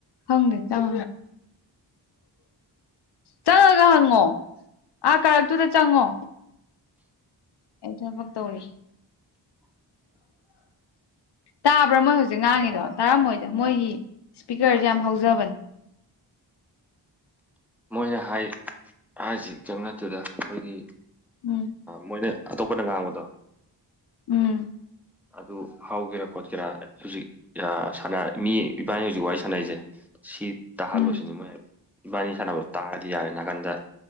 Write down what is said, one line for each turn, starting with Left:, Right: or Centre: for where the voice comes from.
Left: ꯍꯪꯦ ꯆꯝ ꯆꯪꯉꯒ ꯍꯪꯉꯣ ꯑꯥ ꯀꯥꯔꯛꯇꯨꯗ ꯆꯪꯉꯣ ꯑꯩ ꯊꯕꯛ ꯇꯧꯔꯤ ꯇꯥꯕ꯭ꯔꯥ ꯃꯣꯏ ꯍꯧꯖꯤꯛ ꯉꯥꯡꯉꯤꯗꯣ ꯇꯥꯔꯝꯃꯣꯏꯗ ꯃꯣꯏꯒꯤ ꯏꯁꯄꯤꯀꯔꯁꯦ
Centre: ꯇꯥꯗꯦ
Left: ꯌꯥꯝ ꯍꯧꯖꯕꯅꯦ
Centre: ꯃꯣꯏꯅ ꯍꯥꯏ ꯍꯥꯏꯁꯤ ꯆꯪ ꯅꯠꯇꯨꯗ ꯑꯩꯈꯣꯏꯒꯤ
Left: ꯎꯝ
Centre: ꯃꯣꯏꯅ ꯑꯇꯣꯞꯄꯅ ꯉꯥꯡꯕꯗꯣ
Left: ꯎꯝ
Centre: ꯑꯗꯨ ꯍꯧꯒꯦꯔꯥ ꯈꯣꯠꯀꯦꯔꯥ ꯍꯧꯖꯤꯛꯥꯟ ꯃꯤ ꯏꯕꯥꯅꯤ ꯍꯧꯖꯤꯛ ꯋꯥꯔꯤ ꯁꯥꯟꯅꯔꯤꯁꯦ ꯁꯤ ꯇꯥꯍꯜꯂꯨꯁꯤꯅꯤ
Left: ꯎꯝ
Centre: ꯃꯣꯏ ꯏꯕꯥꯅꯤ ꯁꯥꯟꯅꯕꯗꯣ ꯇꯥꯔꯗꯤ ꯌꯥꯔꯦ ꯅꯥꯀꯟꯗ